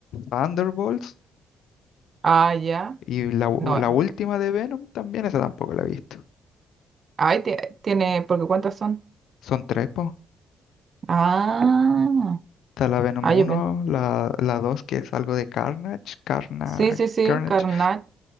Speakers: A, on the left; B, on the right.
A: Thunderbolts
B: Ah, ya.
A: y la, u-
B: No.
A: la última de Venom también, esa tampoco la he visto.
B: Ay, ti- tiene, porque ¿cuántas son?
A: Son tres, po.
B: Ah,
A: Está la Venom
B: ah,
A: uno
B: yo pen-
A: la, la 2 que es algo de Carnage, Carna,
B: Sí, sí, sí,
A: Carnage,
B: Carnage.